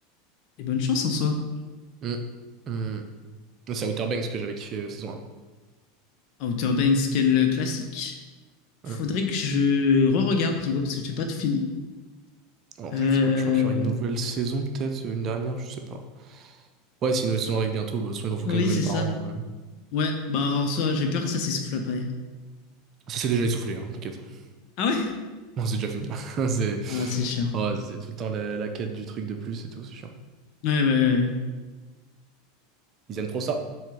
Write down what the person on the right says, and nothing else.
ouais. Mm, mm. C'est Outer Banks que j'avais kiffé euh, saison
un.
Mm.
Alors,
je crois que c'est cool. Je crois qu'il y aura une nouvelle saison, peut-être, euh, une dernière, je sais pas. Ouais, si une nouvelle saison arrive bientôt, bah, de toute façon, ils en font
quasiment
une
par an. ouais.
Ça s'est déjà essoufflé, hein, t'inquiète. <laughs>
Non, c'est déjà fini. <laughs> C'est
oh, c'est tout le temps la, la quête du truc de plus et tout, c'est chiant.
Ils aiment trop ça.